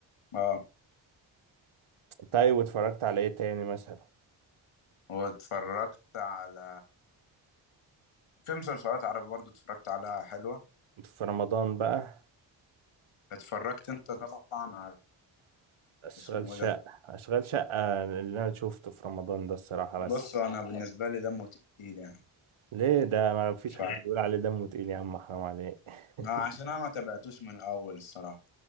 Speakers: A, on the left; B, on the right.
A: اه
B: طيب واتفرجت على ايه تاني مثلا
A: واتفرجت على في مسلسلات عربي برضو اتفرجت على حلوة
B: في رمضان بقى
A: اتفرجت انت طبعا على
B: أشغال
A: اسمه
B: شقة
A: ايه ده
B: أشغال شقة اللي أنا شوفته في رمضان ده الصراحة بس
A: بص انا بالنسبة لي دمه تقيل يعني
B: ليه ده ما فيش
A: ف
B: حد بيقول عليه دمه تقيل يا عم حرام عليك <laughs>
A: ما عشان انا ما تابعتوش من الاول الصراحة